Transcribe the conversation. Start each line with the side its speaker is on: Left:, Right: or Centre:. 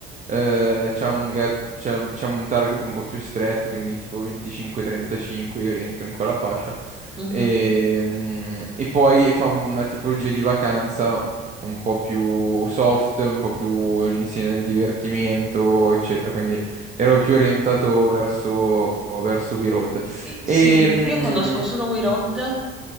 Right: eh, c'ha un gap, c'ha, diciamo un target un po' più stretto, quindi tipo 25-35, io rientro in quella fascia.
Centre: Mhm.
Right: E, mm, e poi fa una tipologia di vacanza un po' più soft, un po' più all'insieme del divertimento, eccetera. Quindi ero più orientato verso, verso We Road.
Centre: Eh, Sì,
Right: E,
Centre: io conosco solo We Road
Right: mm,